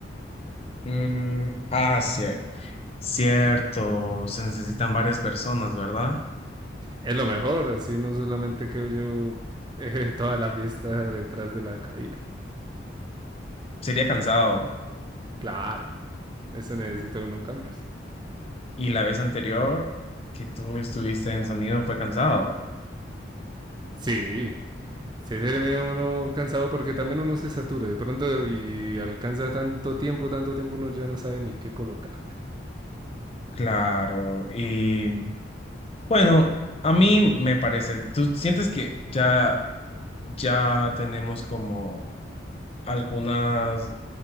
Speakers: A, on the left; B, on the right.
A: Mm, ah, cier- cierto. Se necesitan varias personas, ¿verdad?
B: Es lo mejor, así no solamente creo yo eh, <laughs> toda la fiesta detrás de la cabina.
A: Sería cansado.
B: Claro, eso necesita unos cambios.
A: Y la vez anterior que tú estuviste en sonido fue cansado.
B: Sí, sí, se termina uno cansado porque también uno se satura de pronto y alcanza tanto tiempo, tanto tiempo uno ya no sabe ni qué colocar.
A: Claro. Y bueno, a mí me parece, ¿tú sientes que ya ya tenemos como algunas